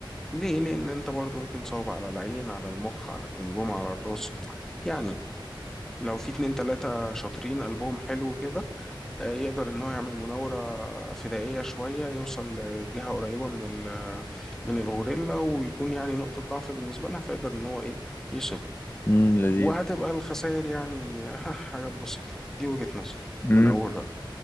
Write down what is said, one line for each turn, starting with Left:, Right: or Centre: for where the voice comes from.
Centre: ليه؟ لأن أنت برضو ممكن تصوب على العين على المخ على الجمجمة على الراس يعني لو في اتنين تلاتة شاطرين قلبهم حلو كده آه، يقدر ان هو يعمل مناورة فدائية شوية يوصل لجهة قريبة من ال من الغوريلا ويكون يعني نقطة ضعف بالنسبة لها فيقدر ان هو ايه يصيبها
Left: امم لذيذ
Centre: وهتبقى الخسائر يعني آه، <laughs> حاجات بسيطة دي وجهة نظر
Left: مم.
Centre: من اول رأي